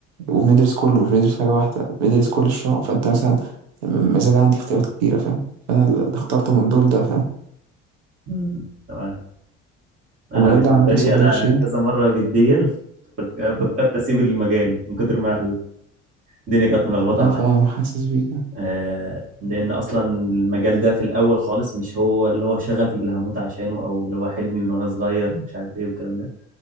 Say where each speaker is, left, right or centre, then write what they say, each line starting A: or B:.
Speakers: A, on the right; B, on the right.
A: وبندرس كله مش بندرس حاجة واحدة بندرس كل الشعب فأنت مثلا م- ما زال عندي اختيارات كتيرة فاهم فأنا اللي اخترته من دول ده فاهم
B: مم. تمام انا
A: والمجال
B: بالنسبة
A: ده عامة
B: لي
A: سبلاي
B: انا
A: تشين
B: كذا مرة جديا فك- فكرت اسيب المجال من كتر ما الدنيا كانت ملخبطة
A: لا
B: معايا
A: فاهم حاسس بيك
B: آه، لان اصلا المجال ده في الاول خالص مش هو اللي هو شغفي اللي هموت عشانه او اللي هو حلمي من وانا صغير مش عارف ايه والكلام ده